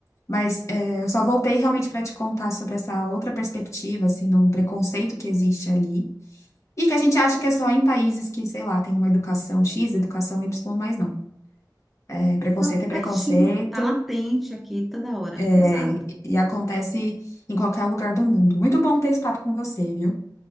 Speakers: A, on the left; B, in the centre.
A: mas é, eu só voltei realmente para te contar sobre essa outra perspectiva, assim, de um preconceito que existe ali e que a gente acha que é só em países que, sei lá, tem uma educação X, educação Y, mas não. É, preconceito
B: Não,
A: é preconceito
B: pertinho, tá latente aqui toda hora,
A: É,
B: exato.
A: e acontece em qualquer lugar do mundo. Muito bom ter esse papo com você, viu?